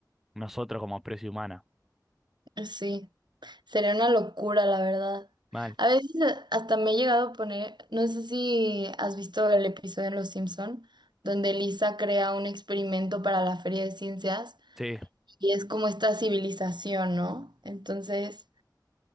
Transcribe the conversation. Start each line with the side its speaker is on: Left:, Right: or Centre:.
Centre: nosotros como especie humana.
Right: sí. Sería una locura, la verdad.
Centre: Mal,
Right: A veces a- hasta me he llegado a poner, no sé si has visto el episodio en Los Simpson, donde Lisa crea un experimento para la Feria de Ciencias
Centre: sí,
Right: y es como esta civilización, ¿no? Entonces,